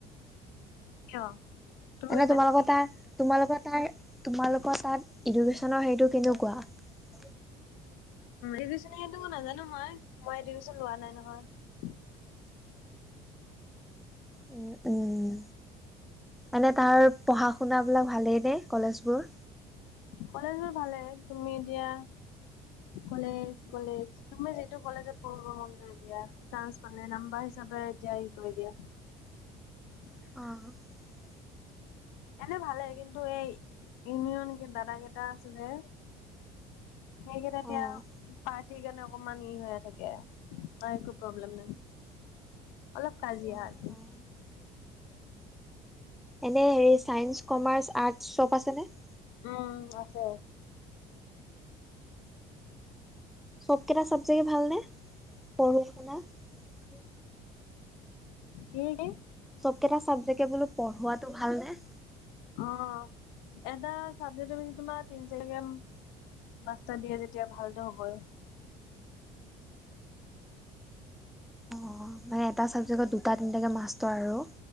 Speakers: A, on the left; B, in the centre.
A: কিয় তুমি
B: এনে
A: কৰিবা
B: তোমালোকৰ
A: নেকি?
B: তাত তোমালোকৰ তাৰ তোমালোকৰ তাত এডুকেচনৰ হেইটো কেনেকুৱা <unintelligible>
A: এডেশন নাজানো মই মই এডেশন লোৱা নাই নহয় <unintelligible>
B: উম, উম। মানে তাৰ পঢ়া শুনা বিলাক ভালেই নে কলেজবোৰ
A: কলেজ বোৰ ভালে তুমি এতিয়া কলেজ কলেজ তুমি যিটো কলেজত পঢ়িব মন যায় দিয়া চান্স পালে নাম্বাৰ হিচাপে এতিয়া হে কৰি দিয়া <unintelligible>
B: <inaudible>
A: এনে ভালেই কিন্তু এই ইউনিয়ন দাদা কেইটা আছে যে সেইকেইটায়া
B: অ',
A: পাৰ্টিৰ কাৰণে অকমান ই হৈ থাকে ত একো প্ৰব্লেম নাই অলপ কাজিয়া
B: অ',
A: <unintelligible>
B: অ'। এনে অ চাইনছ কমাছ আটচ চব আছেনে <unintelligible>
A: অহ আছে
B: চবকটা চব <unintelligible> চাগে ভালনে পৰ শুনা <unintelligible>
A: হেকি <unintelligible>
B: চবকেইটা চাবজেকে বোলো পঢ়োৱাটো ভাল নে
A: অ এটা চাবজে্ প তোমাৰ তিন চাৰি গ্ৰাম পাঁচটা দিয়ে যেতিয়া ভালটো হয়
B: অ', মানে এটা চাবজেক্টত দুটা তিনটাকে মাষ্টৰ আৰু